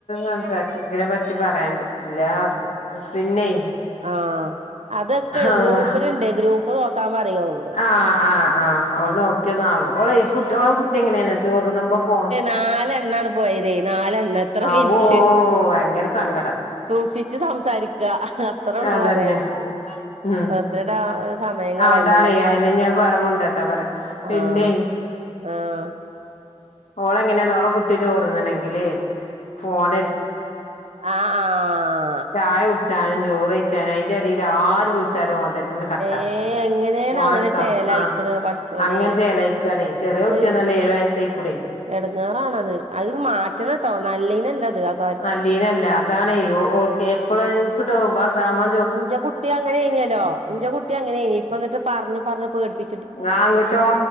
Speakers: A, on the left; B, on the right.
A: സംസാരിച്ച് ഇതിനെ പറ്റി പറയാൻ പറ്റില്ല ർഞ്ഞു. പിന്നേ
B: ആഹ് അതൊക്കെ
A: അള്ളാഹ്
B: ഗ്രൂപ്പ്ല്ണ്ട് ഗ്രൂപ്പ് നോക്കാ പറിയോളോട്.
A: ആഹ് ആഹ് ആഹ് ഓള് നോക്കി നാവോ ഓളെ കുട്ടി ഓളെ കുട്ടി എങ്ങനെന്ന ചോറ് നുമ്പോ പോണ്
B: നാലണ്ണാണ് പോയത് നാലെണ്ണ എത്ര
A: ആവോ
B: മിൻറ്റ്
A: ഭയങ്കര സങ്കടം
B: സൂക്ഷിച്ച് സംസാരിക്ക അത്രേ ഉള്ളൂ
A: അതന്നെ
B: പറയാന്.
A: ഉം
B: വെർതടാ സമയം കളയണ്ടല്ലോ
A: അതാണ് അയന്നെ ഞാൻ പറ മുണ്ടണ്ട പറയാ
B: ആഹ്.
A: പിന്നെ
B: ആഹ്
A: ഓളെ എങ്ങനെന്നോ ഓളെ കുട്ടി ചോർന്നണെങ്കില് ഫോണര്
B: ആഹ് ആഹ്
A: ചായ കുട്ച്ചാനും ചോറ് വെയ്ച്ചാന അയിന്റെ എടേൽ ആര് വ്ൾച്ചാലും ഓൻതന്ന കട്ടാക്കും
B: ഏ എങ്ങനെയാണ്
A: ഫോണട്ക്കാം
B: അങ്ങനെ ചേലായിക്കണ്
A: ആഹ്
B: പടച്ചോനെ
A: അങ്ങനെ ചേലായ്. ക്കണേ ചെറിയ കുട്ട്യന്നല്ല
B: അയ്ഷ്
A: ഏഴ് വയസ്സയിക്കുണെയ്
B: എടങ്ങേറാണത് അഹ് മാറ്റണട്ടോ നല്ലേ നല്ലത് അഹ്
A: നല്ലേ നല്ല അതാണ് ഒ ഓൾക്ക് എപ്പഴു ക്ക്ട്ടോ വ സാമാ
B: ഇഞ്ച കുട്ടി അങ്ങനേനില്ലോ ഇഞ്ച കുട്ടി അങ്ങനെനി പ്പ ന്ന്ട്ട് പർഞ്ഞ് പർഞ്ഞ് പേട്പ്പി
A: ങ്ങാ ങ്ങ്ട്ടോ